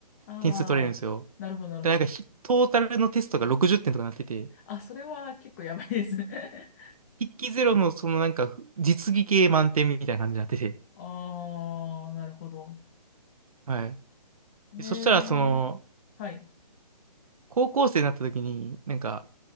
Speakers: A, on the left; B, on the right.
A: あー、
B: 点数取れるんですよ。
A: なるほど、なるほど。
B: で、なんかひトータルのテストが60点とかなってて、
A: あ、それは結構やばいですね。<laughs>
B: 筆記ゼロのそのなんか実技系満点みたいな感じになってて、
A: あー、なるほど。
B: はい。
A: えー、
B: でそしたらその、
A: はい。
B: 高校生になった時に、なんか